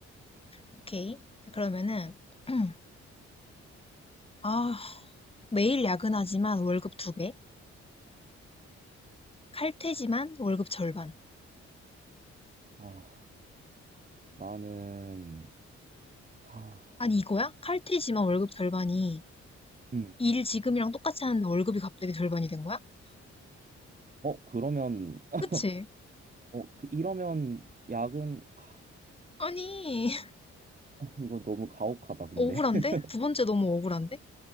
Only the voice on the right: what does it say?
아, 나는 아,
음.
어, 그러면 <laughs>
어, 그 이러면 야근 아,
이거 너무 가혹하다 근데.
<laughs>